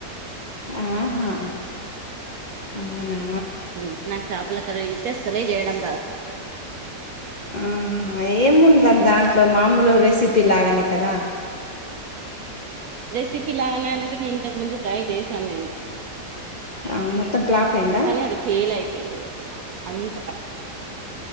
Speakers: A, on the left; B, on the right.
A: ఆహా అవునా
B: ఉమ్ నాకు చేపల కర్రీ అయితే అసలే చేయడం రాదు
A: ఆహ ఏముందండి దాంట్లో మామూలు రెసిపీ లాగానే కదా
B: రెసిపీ లాగడానికి నేన్ ఇంతకు ముందు ట్రై చేశాను నేను
A: ఆ, మొత్తం ప్లాఫ్ అయిందా
B: కానీ అది ఫెయిల్ అయిపోయింది అంత